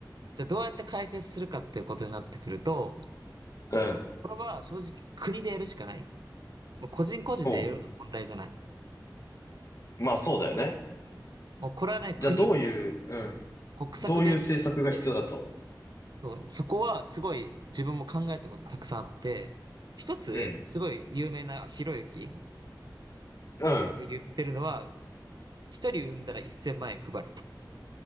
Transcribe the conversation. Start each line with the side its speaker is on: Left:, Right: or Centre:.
Right: じゃあどうやって解決するかっていうことになってくると、
Left: うん。
Right: これは正直国でやるしかない。もう個人個人でやるような問題じゃない。
Left: おうまあそうだよね。
Right: うん、もうこれはね、国、
Left: じゃあどういう、うん。
Right: うん、国策でやるしかなくて、
Left: どういう政策が必要だと思
Right: そう、そこはすごい自分も考えたことたくさんあって、一つ、
Left: ううん。
Right: すごい有名なひろゆき
Left: うん。
Right: が言ってるのは、一人産んだら1000万円配るっ